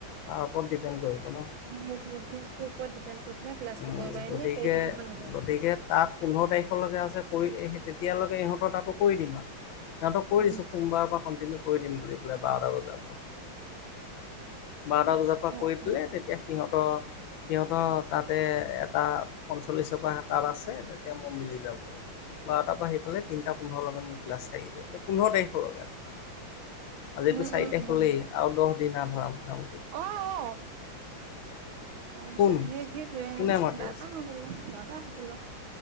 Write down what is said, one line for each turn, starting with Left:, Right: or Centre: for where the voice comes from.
Left: তাৰ ওপৰত ডিপেণ্ড কৰিব। ন
Right: অ সেইটো ফিজ তোৰ ওপৰত ডিপেণ্ড কৰি পেলাই ক্লাছটো
Left: উম,
Right: কৰিবা
Left: গতিকে
Right: এনে কৰি থাকিব নালাগে
Left: গতিকে তাত পোন্ধৰ তাৰিখলৈকে আ যে কৰি এহেতে তেতিয়ালৈকে ইহঁতৰ কামটো কৰি দিম আৰু, তাহাতক কৈ
Right: উম
Left: দিছোঁ সোমবাৰৰপৰা কনটিনিও কৰি দিম বুলি পেলাই বাৰটা বজাৰ পৰা। বাৰটা বজাৰ পৰা
Right: অ
Left: কৰি দিলে
Right: অ
Left: তেতিয়া সিহঁতৰ সিহঁতৰ। তাতে এটা পঞ্চল্লিছৰ পৰা তাত আছে তেতিয়া মই মিলি যাবগৈ। বাৰটা পৰা আহিফালে তিনিটা পোন্ধৰলৈকে মোৰ ক্লাছ থাকিব এই পোন্ধৰ তাৰিখলৈকে ধৰা। আজিতু
Right: উম
Left: চাৰি
Right: উম
Left: তাৰিখ
Right: উম
Left: হলেই আৰু দহ দিন ধৰা মোটামুটি।
Right: অ অ। তাৰপিছত
Left: কোন
Right: সেই সেইটয়ে
Left: কোনে মাতি
Right: দাদা
Left: আছে?
Right: হৈ গোলে দাদা হৈ গল।